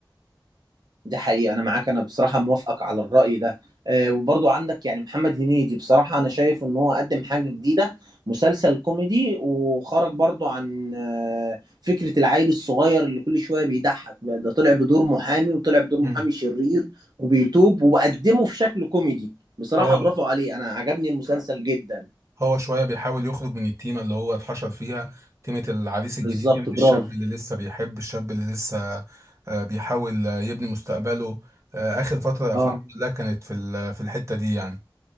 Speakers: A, on the right; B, on the right.
A: دي حقيقة أنا معاك أنا بصراحة موافقك على الرأي ده آه، وبرضو عندك يعني محمد هنيدي بصراحة أنا شايف إن هو قدم حاجة جديدة مسلسل كوميدي وخرج برضو عن آه، فكرة العيل الصغير اللي كل شوية بيضحك ده طلع بدور محامي وطلع بدور محامي
B: مم.
A: شرير وبيتوب وقدمه في شكل كوميدي بصراحة
B: هو
A: برافو عليه أنا عجبني المسلسل جدا
B: هو شويه بيحاول يخرج من التيمه اللي هو اتحشر فيها تيمه العريس الجديد
A: بالظبط
B: تيمه
A: برافو
B: الشاب اللي لسه بيحب الشاب اللي لسه آه، بيحاول آه، يبني مستقبله آه، اخر فتره افلام
A: اه
B: كلها كانت في ال- في الحته دي يعني